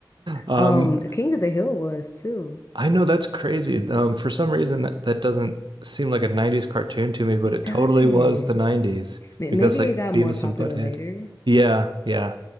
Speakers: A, on the right; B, on the left.
A: Um,
B: Um, King of the Hill was too.
A: I know that's crazy. Um, for some reason that, that doesn't seem like a 90s cartoon to me, but
B: It
A: it
B: doesn't.
A: totally was the 90s
B: May-
A: because
B: Maybe
A: like
B: it got
A: Beavis
B: more popular
A: and Butthead.
B: later.
A: Yeah, yeah.